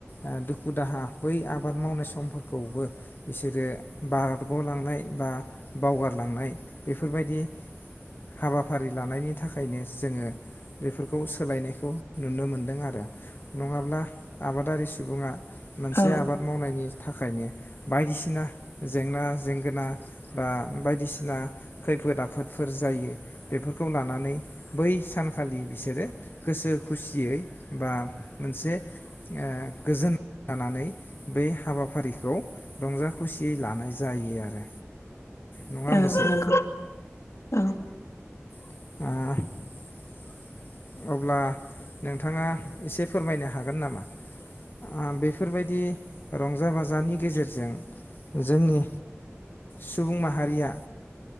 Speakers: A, on the left; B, on the left.
A: ओ दुखु-दाहा बै आबाद मावनाय समफोरखौबो बिसोरो बारग'लांनाय बा बावगारलांनाय बेफोरबायदि हाबाफारि लानायनि थाखायनो जोङो बेफोरखौ सोलायनायखौ नुनो मोनदों आरो नङाब्ला आबादारि सुबुङा मोनसे
B: औ
A: आबाद मावनायनि थाखायनो बायदिसिना जेंना जेंगोना बा बायदिसिना खैफोद आफोदफोर जायो बेफोरखौ लानानै बै सानखालि बिसोरो गोसो खुसियै बा मोनसे ओ गोजोन लानानै बे हाबाफारिखौ रंजा खुसियै लानाय जायो आरो। नङा होमबासै
B: औ नंगौ <inaudible> औ
A: ओ <inaudible> अब्ला नोंथाङा एसे फोरमायनो हागोन नामा? ओ बेफोरबायदि रंजा-बाजानि गेजेरजों जोंनि सुबुं माहारिया